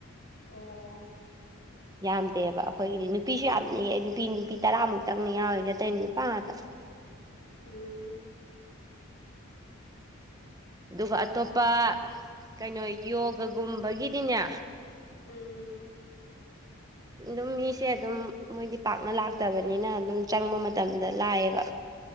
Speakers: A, on the left; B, on the right.
A: ꯑꯣ
B: ꯌꯥꯝꯗꯦꯕ ꯑꯩꯈꯣꯏꯒꯤꯗꯤ ꯅꯨꯄꯤꯁꯨ ꯌꯥꯝꯅ ꯍꯦꯛ ꯅꯨꯄꯤ ꯅꯨꯄꯤ ꯇꯔꯥꯃꯨꯛꯇꯪꯅ ꯌꯥꯎꯋꯗꯇꯩꯩꯅ ꯅꯨꯄꯥ ꯉꯥꯛꯇ
A: ꯎꯝ
B: ꯑꯗꯨꯒ ꯑꯇꯣꯞꯄ ꯀꯩꯅꯣ ꯌꯣꯒꯒꯨꯝꯕꯒꯤꯗꯤꯅꯦ
A: ꯎꯝ
B: ꯑꯗꯨꯝ ꯃꯤꯁꯦ ꯑꯗꯨꯝ ꯃꯣꯏꯗꯤ ꯄꯥꯛꯅ ꯂꯥꯛꯇꯕꯅꯤꯅ ꯑꯗꯨꯝ ꯆꯪꯕ ꯃꯇꯝꯗ ꯂꯥꯛꯑꯦꯕ